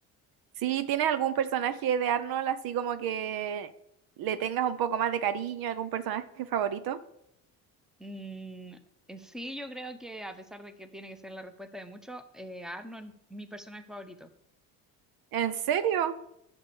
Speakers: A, on the right; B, in the centre.
A: Sí, ¿tienes algún personaje de Arnold así como que le tengas un poco más de cariño, algún personaje favorito?
B: Mm, eh, sí, yo creo que a pesar de que tiene que ser la respuesta de muchos, eh, Arnold, mi personaje favorito.
A: ¿En serio?